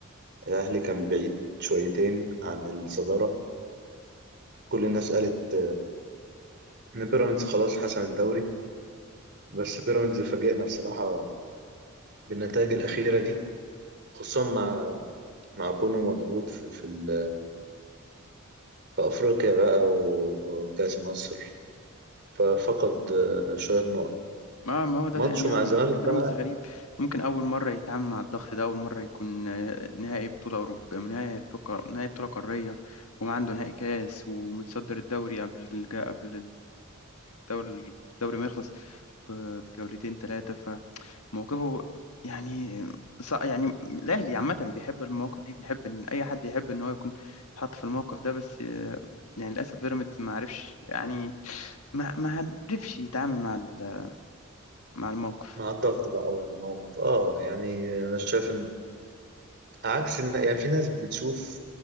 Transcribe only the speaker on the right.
الاهلي كان بعيد شويتين عن الصداره كل الناس قالت ان بيراميدز خلاص حسم الدوري بس بيراميدز فاجئنا بصراحه بالنتائج الاخيره دي خصوصا مع مع كونه مضغوط في في ال- في افريقيا بقى وكاس مصر ففقد آه، شوية نقط
ماتشه
مع
الزمالك
بقى
مع الضغط بقى والموقف اه يعني انا شايف ان عكس ان يعني في ناس بتشوف